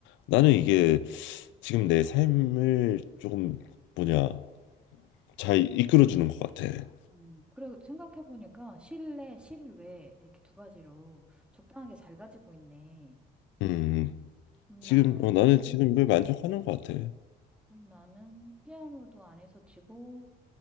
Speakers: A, on the left; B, in the centre.
A: 나는 이게 지금 내 삶을 조금 뭐냐 잘 이끌어주는 것 같아.
B: 음. 그래, 생각해보니까 실내, 실외 이렇게 두 가지로 적당하게 잘 가지고 있네.
A: 음,
B: 그럼
A: 지금
B: 나는,
A: 어, 나는 지금 이걸 만족하는
B: 음,
A: 것 같아.
B: 그럼 나는 피아노도 안 해서 치고,